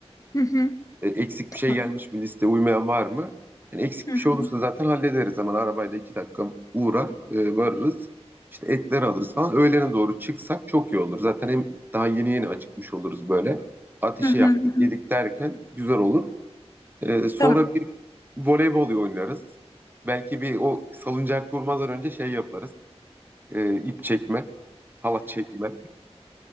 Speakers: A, on the left; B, on the right.
A: Hı hı.
B: E, eksik
A: Tamam.
B: bir şey gelmiş mi liste uymayan var mı? Yani eksik
A: Hı
B: bir şey olursa
A: hı.
B: zaten hallederiz hemen arabayla iki dakika uğrar e, varırız. İşte etler alırız falan. Öğlene doğru çıksak çok iyi olur. Zaten hem daha yeni yeni acıkmış oluruz böyle. Ateşi
A: Hı hı.
B: yaktık
A: Hı hı.
B: yedik derken güzel olur. E, sonra
A: Tamam.
B: bir voleybol oynarız. Belki bir o salıncak kurmadan önce şey yaparız. E, ip çekme, halat çekme.